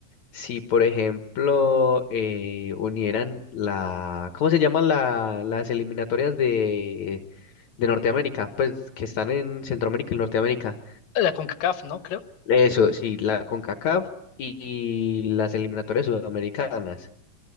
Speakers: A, on the left; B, on the left.
A: si por ejemplo eh, unieran la, ¿cómo se llaman la- las eliminatorias de, de Norteamérica? Pues que están en Centroamérica y Norteamérica.
B: La CONCACAF, ¿no? Creo.
A: Eso, sí, la CONCACAF y, y las eliminatorias sudamericanas.